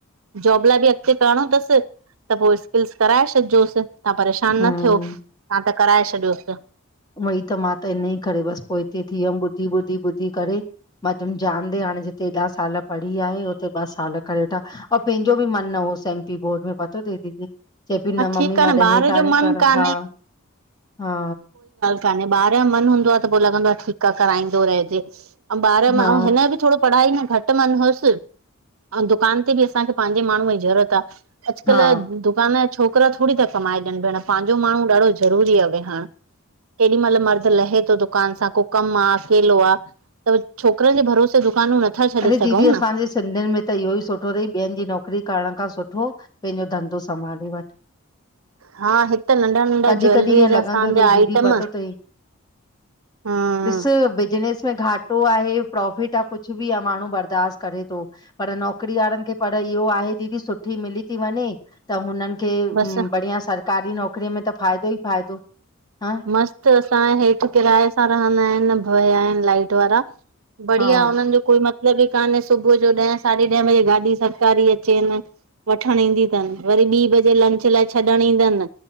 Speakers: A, on the right; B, on the left.
A: जॉब लाइ बि अॻते करणो तस त पो स्किल्स कराए छॾिजोस। तव्हां परेशान
B: हम्म,
A: न थियो तव्हां त कराए छॾियोस
B: उहोई त मा त इनई करे बस पो हिते थी वियम ॿुधी ॿुधी ॿुधी करे। मा तुम जानदे हाणे जिते हेॾा साल पढ़ी आहे उते ॿ साल करे वेठा ऐं पेंजो बि मन न होस एम पी बोर्ड में पतो ती दीदी। चए प न
A: ठीक
B: मम्मी
A: आ
B: मा
A: न
B: ॾहे
A: ॿार
B: ताणी
A: जो मन
B: कर
A: कान्हे
B: हा हा।
A: काने ॿार जो मन हूंदो आह त पो लॻंदो आह ठीक आह कराईंदो रहजे। ऐं ॿार अऊ
B: हा
A: हिन बि थोरो पढ़ाई न घट मन होस अऊं दुकान ते बि असांखे पांजे माण्हूअ जी ज़रूरत आह। अॼकल्ह
B: हा
A: दुकान जा छोकरा थोरी ता कमाए ॾियन भेण पांजो माण्हू ॾाढो ज़रूरी आह वेहण केॾी मल मर्द लहे तो दुकान सां को कम आह अकेलो आह। त छोकरन जे भरोसे दुकानूं न छॾे
B: अड़े
A: सघूं
B: दीदी असांजे सिंधिन में त इहो ई सुठो थी ॿियन जी नौकरी करण खां सु ठो पेंजो धंधो संभाले वन।
A: हा हिक त नंढा नंढा
B: कॾहिं
A: ज्वैलरी
B: कॾहि इअ
A: जा
B: लॻंदो
A: असांजा
B: तई
A: आइटम
B: दीदी पतो तई
A: हम्म
B: ॾिस बिजनस में घाट पतो आहे प्राफिट आ कुछ बि आ माण्हू बर्दाश्त करे तो पर नौकरी वारनि खे पढ़ाई इहो आहे दीदी सुठी मिली ती वञे त हुननि खे
A: बसि
B: बढ़िया सां सरकारी नौकरीअ में त फ़ाइदो ई फ़ाइदो हं
A: मस्तु असांये हेठि किराए सां रहंदा आहिनि भया आहिनि, लाइट वारा। बढ़िया
B: हा
A: हुननि जो कोई मतिलबु ई कान्हे सुबुह जो ॾहें साढे ॾहें बजे गाॾी सरकारी अचेनि। वठणु ईंदी तनि वरी ॿी बजे लंच लाइ छॾण ईंदनि।